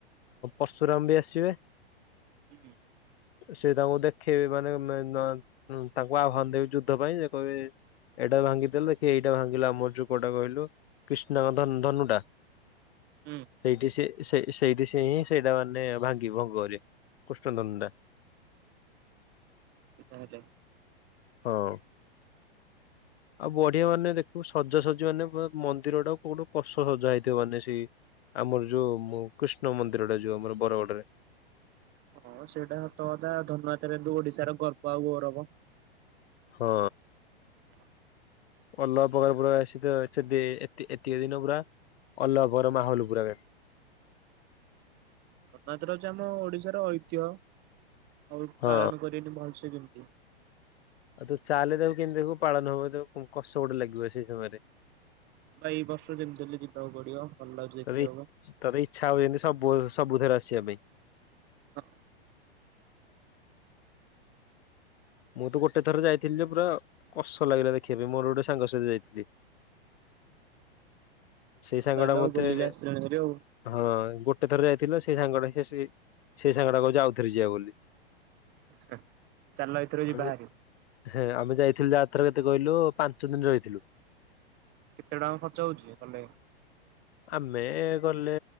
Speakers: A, on the left; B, on the right.
A: ପର୍ଶୁରାମ ବି ଆସିବେ।
B: ହୁଁ।
A: ସେ ତାଙ୍କୁ ଦେଖେଇବେ ମାନେ ନ ଉଁ ତାଙ୍କୁ ଆହ୍ୱାନ ଦେବେ ଯୁଦ୍ଧ ପାଇଁ ସେ କହିବେ ଏଇଟା ଭାଙ୍ଗିଦେଲେ କି ଏଇଟା ଭାଙ୍ଗିଲା ଆମର ଯୋଉ କୋଉଟା କହିଲୁ କୃଷ୍ଣଙ୍କ ଧନୁ ଟା
B: ହୁଁ
A: ସେଇଠି ସେ ସେଇ ସେଇଠି ସେ ହିଁ ସେଇଟା ମାନେ ଭାଙ୍ଗି ଭଙ୍ଗ କରିବେ କୃଷ୍ଣ ଧନୁଟା। <inaudible>
B: ସେ ତା ହେଲେ
A: ହଁ। ଆଉ ବଢିଆ ମାନେ ଦେଖିବୁ, ସଜାସଜି ମାନେ ମନ୍ଦିର ଟା କୋଉଠୁ କଷ ସଜା ହେଇଥିବ ମାନେ ସେଇ ଆମର ଯୋଉ କୃଷ୍ଣ ମନ୍ଦିରଟା ଯୋଉ ଆମର ବରଗଡରେ।
B: ହଁ ସେଇଟା ସତ କଥା। ଧନୁଯାତ୍ରା ରେ ଓଡିଶାର ଗର୍ବ ଆଉ ଗୌରବ।
A: ହଁ।
B: <inaudible>
A: ଅଲଗା ପ୍ରକାର, ପୁରା ଆସି ତ ଅଛନ୍ତି। ଏତି ଏତିକି ଦିନ ପୁରା ଅଲଗା ପ୍ରକାର ମାହୋଲ ପୁରା ଏ
B: କଥା ଏଥିରେ ଅଛି ଆମ ଓଡିଶାର ଐତିହ୍ୟ ଆଉ
A: ହଁ
B: ପାଳନ କରିବେନି ଭଲସେ କେମିତି?
A: ଆଉ ତୁ ଚାଲେ ଦେଖିବୁ କେମିତି ଦେଖବୁ ପାଳନ ହବ ତ, କଷ ଗୋଟେ ଲାଗିବ ସେଇ ସମୟରେ।
B: ବା ଏଇ ବର୍ଷ ଯେମିତି ହେଲେ ଯିବାକୁ ପଡିବ ଭଲ ଲାଗୁଛି ଦେଖିବାକୁ।
A: ତତେ ତତେ ଇଚ୍ଛା ହବ ଯେନ୍ତୀ ସବୁ ସବୁ ଉଧର ଆସିବା ପାଇଁ
B: ହଁ।
A: ମୁଁ ତ ଗୋଟେ ଥର ଯାଇଥିଲି ଯେ ପୁରା କଷ ଲାଗିଲା ଦେଖିବା ପାଇଁ। ମୋର ଗୋଟେ ସାଙ୍ଗ ସହିତ ଯାଇଥିଲି। <inaudible> ସେଇ ସାଙ୍ଗ
B: ତାହେଲେ
A: ଟା
B: ଆଉ
A: ମତେ
B: ବୁଲିକି ଆସିଲଣି ଭାରି ଆଉ।
A: ହଁ, ଗୋଟେ ଥର ଯାଇଥିଲୁ ସେଇ ସାଙ୍ଗ ସେ ସେଇ ସାଙ୍ଗଟା କହୁ ଯେ ଆଉଥରେ ଯିବା ବୋଲି।
B: <unintelligible> ଯିବା
A: ଆମେଁ
B: ଭାରି।
A: ହେ ଆମେ ଯାଇଥିଲୁ ଯେ ଆରଥର। କେତେ କହିଲୁ ପାଞ୍ଚ ଦିନ ରହିଥିଲୁ
B: କେତେ ଟଙ୍କା ଖର୍ଚ୍ଚ ହଉଛି ଗଲେ?
A: ଆମେ ଗଲେ